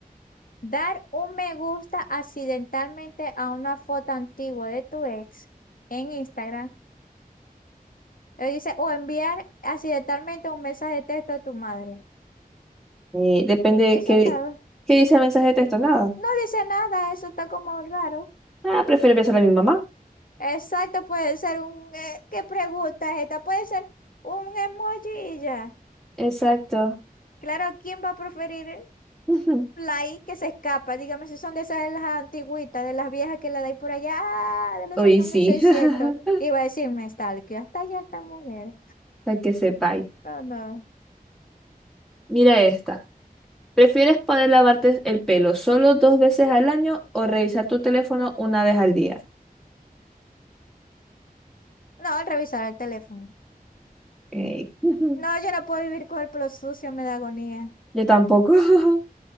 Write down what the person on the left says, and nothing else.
¿Dar un me gusta accidentalmente a una foto antigua de tu ex en Instagram? Eh, Dice, o enviar accidentalmente un mensaje de texto a tu madre.
Eso
está.
No dice nada, eso está como raro.
Exacto, puede ser un. eh, ¿qué pregunta es esta? Puede ser un emoji y ya.
Claro, ¿quién va a preferir
la I que se escapa? Dígame si son de esas de las antigüitas, de las viejas que la dais por allá, ah, de los
años
1600.
Iba a decirme, tal, que hasta allá esta mujer.
No, no.
No, al revisar el teléfono.
No, yo no puedo vivir con el pelo sucio, me da agonía.